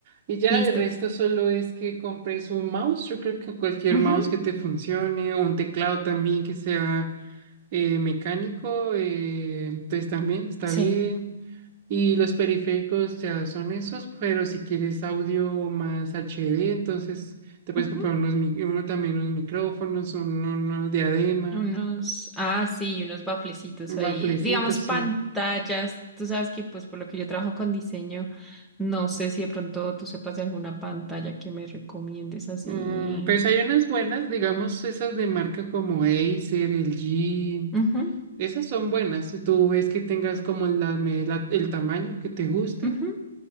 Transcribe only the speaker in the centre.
Listo.
Ujú,
Sí.
Ujú.
Unos, ah, sí, unos baflecitos
ahí. Digamos, pantallas.
Tú sabes que, pues, por lo que yo trabajo con diseño, no sé si de pronto tú sepas de alguna pantalla que me recomiendes así.
Ujú,
ujú.